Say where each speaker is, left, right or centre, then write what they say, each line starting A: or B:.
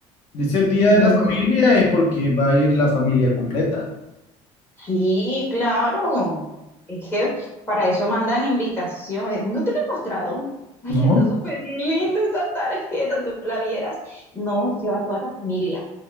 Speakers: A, on the left; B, on the left.
A: Dice día
B: No.
A: de la familia es porque va a ir la familia completa,
B: Sí, claro. Es que para eso mandan invitaciones. ¿No te lo he mostrado? Ay,
A: ¿no?
B: está súper linda esa tarjeta, tú la vieras. No, se va toda la familia.